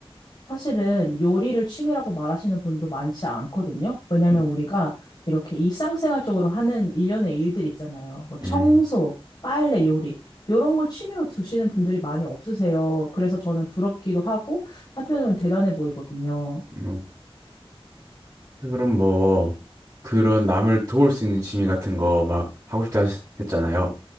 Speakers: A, on the left; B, on the right.
A: 사실은 요리를 취미라고 말하시는 분도 많지 않거든요. 왜냐면
B: 음,
A: 우리가 이렇게 일상생활적으로 하는 일련의 일들 있잖아요. 뭐
B: 음,
A: 청소, 빨래, 요리. 이런 걸 취미로 두시는 분들이 많이 없으세요. 그래서 저는 부럽기도 하고 한편으로는 대단해 보이거든요.
B: 음. 그럼 뭐 그런 남을 도울 수 있는 취미 같은 거 막 하고 싶다 했- 했잖아요.